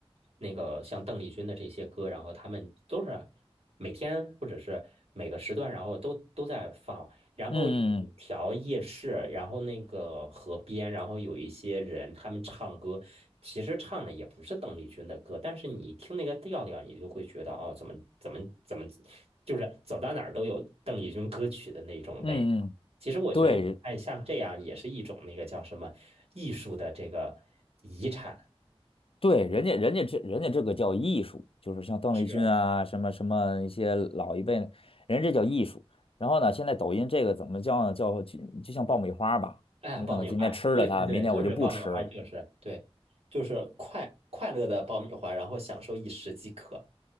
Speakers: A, on the right; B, on the left.
A: 那个像邓丽君的这些歌，然后他们都是每天或者是每个时段，然后都都在放。然后有一条夜市，
B: 嗯嗯嗯
A: 然后那个河边，然后有一些人他们唱歌，其实唱的也不是邓丽君的歌，但是你一听那个调调，你就会觉得哦，怎么怎么怎么，就是走到哪儿都有邓丽君歌曲的那种味道其实我觉得，
B: 嗯嗯，嗯，对，
A: 哎，像这样也是一种那个叫什么艺术的这个遗产。
B: 对，人家人家这人家这个叫艺术，就是像邓丽君啊，
A: 是，
B: 什么什么一些老一辈，的人家这叫艺术。然后呢，现在抖音这个怎么叫呢？叫就就像爆米花吧，
A: 哎，
B: 你可能今天吃了它，
A: 爆米花，对对对，
B: 明天我就不吃了。
A: 就是爆米花，就是对，就是快快乐的爆米花，然后享受一时即可。